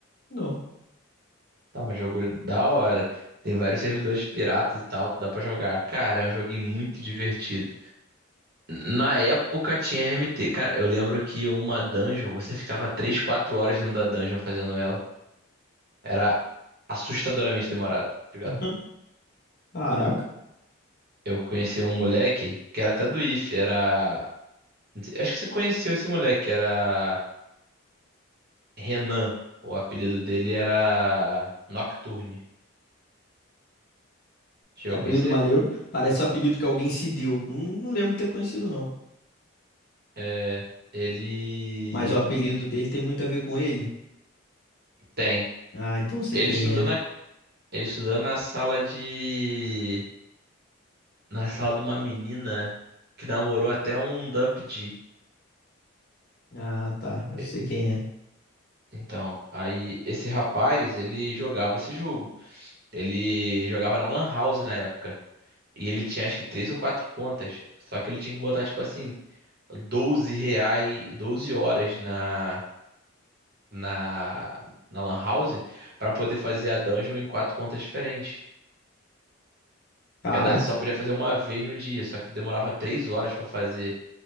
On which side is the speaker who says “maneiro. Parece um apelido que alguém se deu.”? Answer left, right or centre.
Left